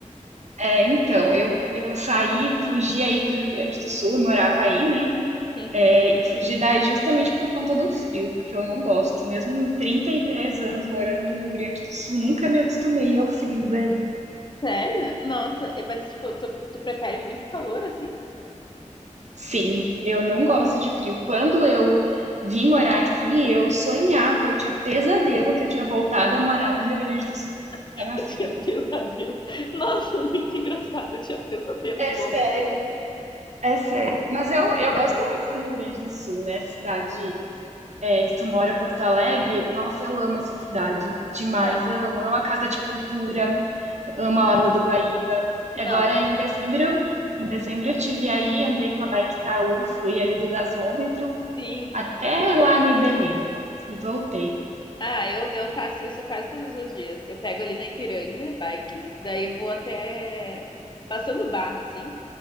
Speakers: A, on the right; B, on the left.
A: É, então, eu, eu saí, fugi aí do Rio Grande do Sul, eu morava aí, né?
B: Sim,
A: É,
B: sim.
A: e fugi daí justamente por conta do frio, porque eu não gosto. Mesmo 33 anos morando no Rio Grande do Sul, nunca me acostumei ao frio daí.
B: Sério? Nossa, é, mas tipo, tu, tu prefere muito calor assim?
A: Sim, eu não gosto de frio. Quando eu vim morar aqui, eu sonhava, eu tinha pesadelo que eu tinha voltado a morar no Rio Grande do Sul porque estava
B: <laughs>
A: frio.
B: Eu tinha pesadelo. Nossa, muito engraçado, eu tinha pesadelo
A: É
B: de voltar.
A: sério, É sério. Mas eu, eu gosto muito do Rio Grande do Sul, né? Cidade é, que tu mora, Porto Alegre. Nossa, eu amo essa cidade demais.
B: Ah,
A: Amo. Amo a Casa de Cultura, amo a Orla do Guaíba.
B: não,
A: Agora, em dezembro, em dezembro eu tive aí, andei com a bike Taú, fui ali do gasômetro,
B: sim,
A: até lá no Iberê e voltei.
B: Ah, eu, eu faço isso quase todos os dias. Eu pego ali na Ipiranga, bike, daí eu vou até passando barra, assim,